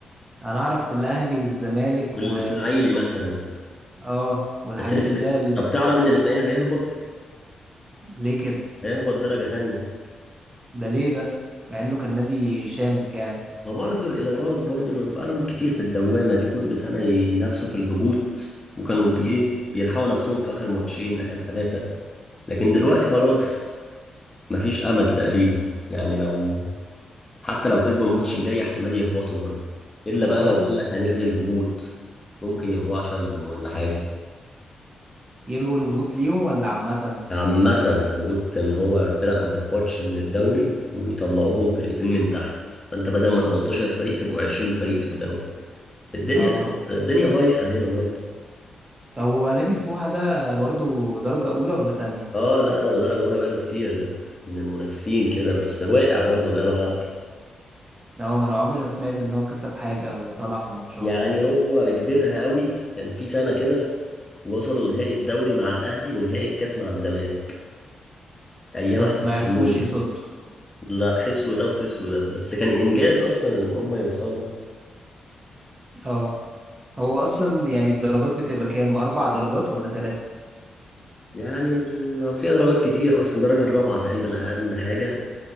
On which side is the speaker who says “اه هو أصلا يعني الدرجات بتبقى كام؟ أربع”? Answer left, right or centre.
Right